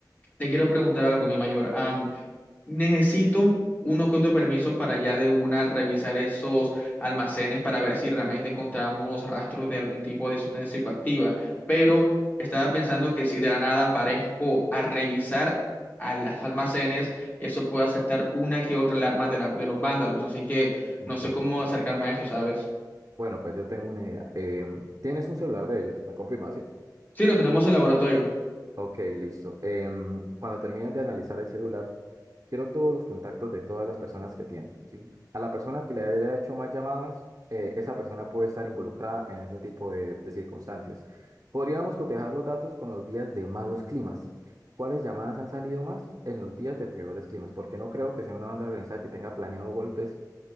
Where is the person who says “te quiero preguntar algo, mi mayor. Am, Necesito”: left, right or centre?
Left